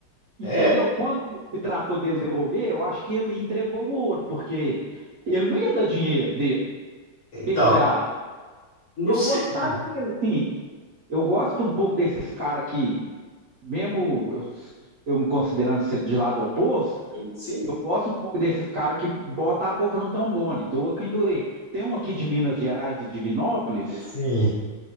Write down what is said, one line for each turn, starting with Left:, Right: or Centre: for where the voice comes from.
Right: entendeu?
Left: é,
Right: Quando se tratou dele devolver, eu acho que ele entregou o ouro, porque ele não ia dar dinheiro dele. O
Left: então,
Right: que, que você acha?
Left: não
Right: E eu
Left: sei,
Right: gostava
Left: sim,
Right: dele, sim. Eu gosto um pouco desses caras que, mesmo eu, eu me considerando ser de lado oposto,
Left: sim,
Right: Eu gosto um pouco desses caras que botam a boca no trombone, doa quem doer. Tem um aqui de Minas Gerais e Divinópolis
Left: sim,